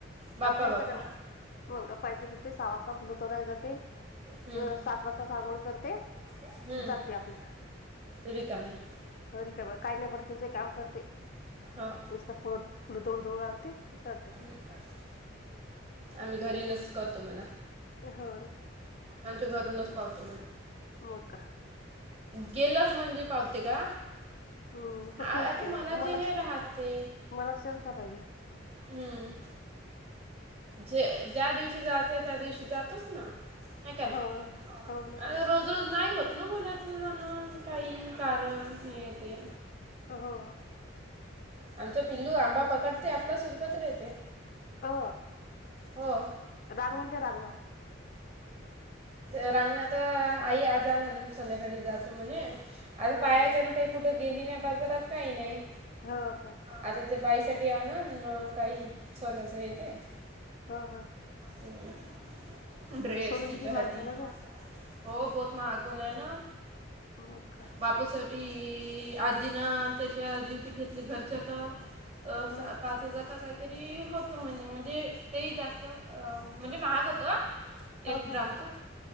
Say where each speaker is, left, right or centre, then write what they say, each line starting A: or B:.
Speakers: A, on the right; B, on the left.
A: बापा
B: आत हायत
A: बापा
B: ना मग मग पार्टी सुट्टते, सहा वाजता फुलं तोडायला जाते.
A: हम्म
B: सात वाजताच अंघोळ करते
A: हम्म
B: जाते आपल्या
A: रिकामे आहे
B: ह रिकामं काय नाय बर त्याच हे काम करते नुसता
A: हो
B: फो थोडं थोडं आणते जाते.
A: <unintelligible> <inaudible> आम्ही घरीनस करतो म्हणे
B: हो.
A: आमच्या घरूनच पावते
B: म का.
A: गेलास म्हणजे पावते का.
B: हम्म तसंच
A: अ आता
B: काय
A: मनाचे
B: मनात
A: हे राहते.
B: मनात श्रद्धा पाहिजे
A: हम्म जे ज्या दिवशी जातंय त्या दिवशी जातोच ना. हाय का नाय
B: हो ना हो ना
A: रो ज रोज नाही होत ना मुलाचे जाण काही कारण हे ते.
B: हो हो.
A: आमचा पिल्लू आंबा पकडते आपला सुरपत राहते.
B: अ
A: हो.
B: <unintelligible> रागवूंदे रागनं
A: रांगण आता आई आजणार संध्याकाळी जातो म्हणे, आता
B: ह
A: पायाच्यान
B: ह
A: काही कुठं गेली नाही बाजारात काही नाही.
B: हो ह.
A: आता ते बाईसाठी आणलं, काही सोन्याचं हे ते.
B: हा हा.
A: हम्म ड्रेस
B: सोनं
A: तिच्यासाठी.
B: किती महाग झालं ग
A: हो बौत महागन आहे ना.
B: हो का.
A: बापूसाठी आजीनं त्याच्या जिवतीत घेतली घरच्या तर अ
B: ह
A: पाच हजार का काही तरी होतं म्हणे,, म्हणजे ते जास्त, म्हणजे महाग होतं
B: ह
A: एक ग्रामचं.
B: ह